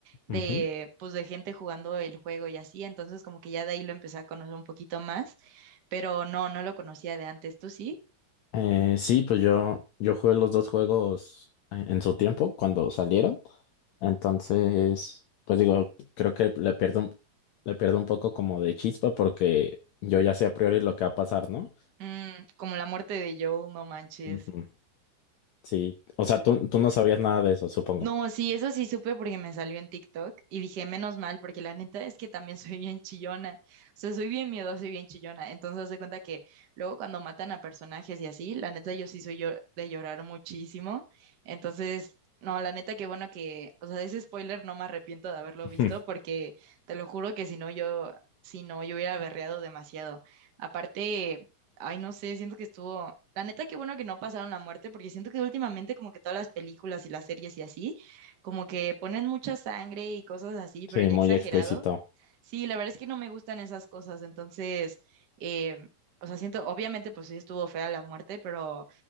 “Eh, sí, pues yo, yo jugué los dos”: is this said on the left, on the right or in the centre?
Left